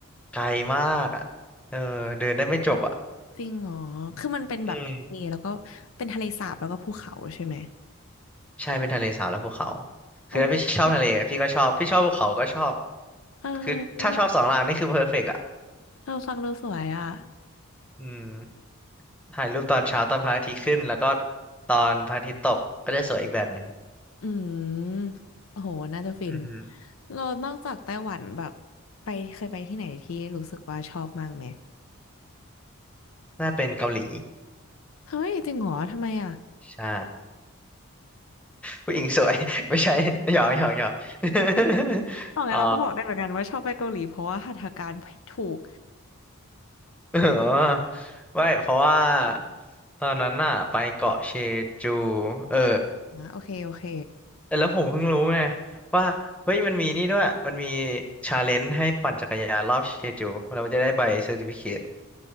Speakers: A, in the centre; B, on the left (about 65°).
A: ไกลมากอ่ะเออเดินได้ไม่จบอ่ะ
B: จริงเหรอคือมันเป็นแบบทะเลแล้วก็เป็นทะเลสาบแล้วก็ภูเขาใช่ไหม
A: อืมใช่เป็นทะเลสาบและภูเขาคือถ้าพี่ชอบทะเลพี่ก็ชอบพี่ชอบภูเขาก็ชอบ
B: โอ้เออ
A: คือถ้าชอบสองอย่างนี่คือเพอร์เฟกต์อ่ะ
B: เออฟังดูสวยอ่ะ
A: อืมถ่ายรูปตอนเช้าตอนพระอาทิตย์ขึ้นแล้วก็ตอนพระอาทิตย์ตกก็จะสวยอีกแบบหนึ่ง
B: อืมโอ้โหน่าจะฟิน
A: อือฮึ
B: เรานอกจากไต้หวันแบบไปเคยไปที่ไหนที่รู้สึกว่าชอบมากไหม
A: น่าเป็นเกาหลี
B: เฮ้ยจริงเหรอทำไมอ่ะ
A: ใช่ ผู้หญิงสวย <laughs> ไม่ใช่หยอกหยอกหยอก <laughs>
B: ตอนนี้นเราก็บอกได้เหมือนกันว่าชอบไปเกาหลีเพราะว่าหัตถการถูก
A: อ๋เอ <laughs> อไม่เพราะว่าตอนนั้นน่ะไปเกาะเชจูเออ
B: อ่ะโอเคโอเค
A: แล้วผมเพิ่งรู้ไงว่าเฮ้ยมันมีนี่ด้วย มันมีชาเลนจ์ให้ปั่นจักรยานรอบเชจูเราจะได้ใบเซอร์ติฟิเคต